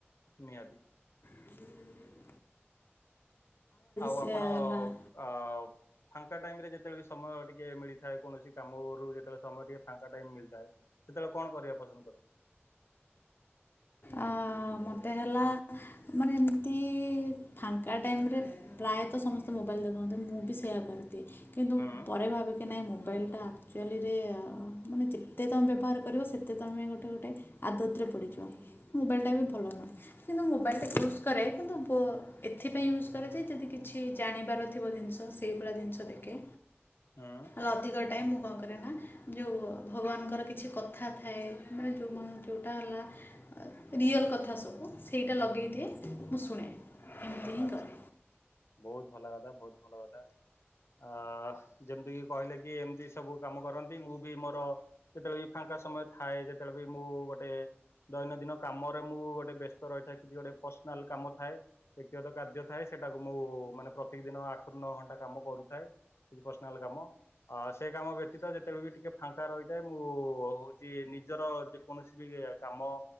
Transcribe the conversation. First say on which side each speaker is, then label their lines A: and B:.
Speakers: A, on the left; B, on the left.
A: ନିହାତି।
B: ହୁଁ।
A: ଆଉ
B: ସେ
A: ଆପଣ
B: ହେଲା
A: ଆଉ ଆଉ ଫାଙ୍କା ଟାଇମ୍ ରେ ଯେତେବେଳେ ବି ସମୟ ଟିକେ ମିଳିଥାଏ କୌଣସି କାମରୁ ଯେତବେଳେ ସମୟ ଟିକେ ଫାଙ୍କା ଟାଇମ୍ ମିଳିଥାଏ। ସେତବେଳେ କଣ କରିବା ପସନ୍ଦ କରି
B: ଆ ମତେ ହେଲା ମାନେ ଏମିତି ଫାଙ୍କା ଟାଇମ୍ ରେ ପ୍ରାୟତଃ ସମସ୍ତେ ମୋବାଇଲ୍ ଦେଖନ୍ତି ମୁଁ ବି ସେୟା କରିଦିଏ କିନ୍ତୁ
A: ହୁଁ
B: ପରେ ଭାବି ନାଇଁ ମୋବାଇଲ୍ ଟା ଆକ୍ଚୁଅଲିରେ ମାନେ ଯେତେ ତମେ ବ୍ୟବହାର କରିବ ସେତେ ତମେ ଗୋଟେ ଗୋଟେ ଆଦତରେ ପଡ଼ିଯିବ ମୋବାଇଲ୍ ଟା ବି ଭଲ ନୁହେ କିନ୍ତୁ ମୋବାଇଲ୍ ଟା ୟୁଜ୍ କରେ କିନ୍ତୁ ପୁଅ ଏଥିପାଇଁ ୟୁଜ୍ କରେ ଯେ ଯଦି କିଛି ଜାଣିବାର ଥିବ ଜିନିଷ ସେଇଭଳିଆ ଜିନିଷ ଦେଖେ।
A: ହଁ।
B: ତ ଅଧିକ ଟାଇମ୍ ମୁଁ କଣ କରେ ନା ଯଉ ଭଗବାନଙ୍କର କିଛି କଥା ଥାଏ। ମାନେ ଯୋଉ ମନ ଯୋଉଟା ହେଲା ରିଅଲ କଥା କଥା ସବୁ ସେଇଟା ଲଗେଇ ଦିଏ ମୁଁ ଶୁଣେ। ଏମିତି ହିଁ
A: ଆଛା
B: କରେ
A: ବହୁତ୍ ଭଲ କଥା ବହୁତ୍ ଭଲ କଥା। ଅ ଯେମିତିକି କହିଲେ କି ଏମିତି ସବୁ କାମ କରନ୍ତି ମୁଁ ବି ମୋର ଯେତେବେଳେ ବି ଫାଙ୍କା ସମୟ ଥାଏ ଯେତେବେଳେ ବି ମୁଁ ଗୋଟେ ଦୈନନ୍ଦିନ କାମରେ ମୁଁ ଗୋଟେ ବ୍ୟସ୍ତ ରହିଥାଏ କିଛି ଗୋଟେ ପର୍ସନାଲ୍ କାମ ଥାଏ। ବ୍ୟକ୍ତି ଗତ କାର୍ଯ୍ୟ ଥାଏ ସେଇଟାକୁ ମୁଁ ମାନେ ପ୍ରତେକ୍ ଦିନ ଆଠରୁ ନଅ ଘଣ୍ଟା କାମ କରୁଥାଏ। କିଛି ପ୍ରଶନାଲ୍ କି କଣ? ସେ କାମ ବ୍ୟତୀତ ଯେତେବେଳେ ବି ଟିକେ ଫାଙ୍କା ରହିଥାଏ ମୁଁ ହଉଚି ନିଜର ଯେ କୌଣସି ବି କାମ